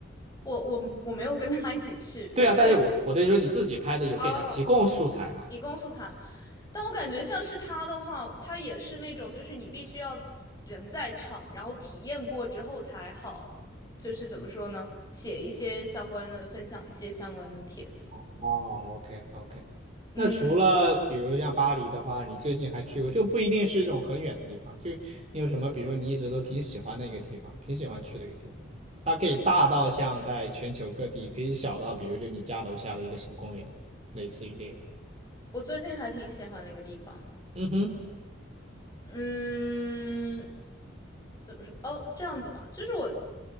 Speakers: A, on the left; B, on the right.
A: 我我我没有跟他一起去，
B: 对啊，
A: 我一个人去的。
B: 但是我我的意思说你自己拍的有给他提供素材吗？
A: 哦提供素材嘛但我感觉像是他的话，他也是那种，就是你必须要人在场，然后体验过之后才好，就是怎么说呢，写一些相关的，分享一些相关的帖子。
B: 哦，OK，OK。
A: 嗯，
B: 那除了比如像巴黎的话，你最近还去过，就不一定是一种很远的地方，就你有什么，比如说你一直都挺喜欢的一个地方，挺喜欢去的一个地方，它可以大到像在全球各地，可以小到比如就你家楼下的一个小公园，类似于这个。
A: 我最近还挺喜欢那个地方，
B: 嗯哼，
A: 嗯，怎么说？哦，这样子吧，就是我